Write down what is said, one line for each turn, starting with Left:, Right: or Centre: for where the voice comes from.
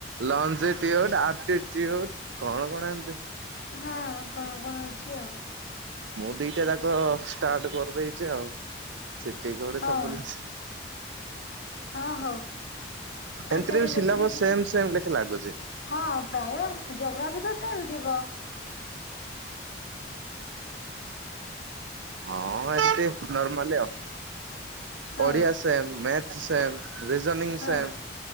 Right: ଲଞ୍ଜିଟିଉଡ଼, ଆର୍ଟିଚିଉଡ଼ କଣ କଣ ଏମତି।
Left: ହଁ କଣ କଣ ଅଛି ଆଉ।
Right: ମୁଁ ଦିଟା ଯାକ ଷ୍ଟାର୍ଟ କରଦେଇଚି ଆଉ ସେଠି ଘରେ
Left: ହଁ
Right: ସବୁନସ।
Left: ହଁ ହଉ। ଖାତାରେ
Right: ଏମିତିରେ ବି ସିଲାବସ
Left: ଲେଖି ଲେଖିଛି
Right: ସେମ ସେମ ଲେଖ ଲାଗୁଚି।
Left: ହଁ ପ୍ରାୟ ଜୋଗ୍ରାଫି ତ ସେମ୍ ଥିବ।
Right: ହଁ ଏତେ ନର୍ମାଲି ଆଉ।
Left: ହଁ
Right: Odia same, math same. Reasoning
Left: ହଁ
Right: ସେମ୍